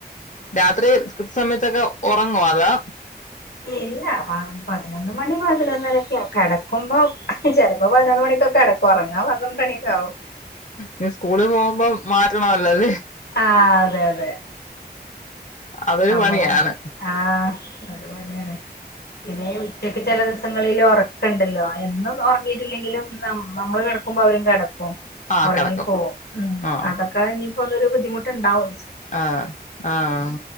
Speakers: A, on the left (about 45°); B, on the left (about 70°).
A: രാത്രി കൃത്യ സമയത്തൊക്കെ ഉറങ്ങുവാ അതോ
B: ഇല്ല പതിനൊന്ന് മണി പതിനൊന്നരൊക്കെയ കിടക്കുമ്പോ ചിലപ്പോ പതിനൊന്ന് മണിക്കൊക്കെ കടക്കും ഒറങ്ങാ പന്ത്രണ്ടണിയക്കാവും
A: ഇനി സ്കൂളിൽ പോകുമ്പോ മാറ്റണമല്ലൊത്
B: ആ അതെ അതെ
A: അതൊരു
B: നമ്മളനെ
A: പണിയാണ്
B: ആ അവര്മതിയാണ് പിന്നെ ഉച്ചപ്പ ചിലദിവസ സങ്ങളിൽ ഉറക്കണ്ടല്ലോ എന്നും ഉറങ്ങിയിട്ടില്ലെങ്കിലും നമ്മൾ കിടക്കുമ്പോ അവരും കടക്കും
A: ആ
B: ഉറങ്ങിപ്പോവും
A: കിടക്കും
B: ഉം
A: ആ
B: അതൊക്കെ ഇനിയിപ്പരു ബുദ്ധിമുട്ട്ണ്ടാവും
A: ആഹ ആഹ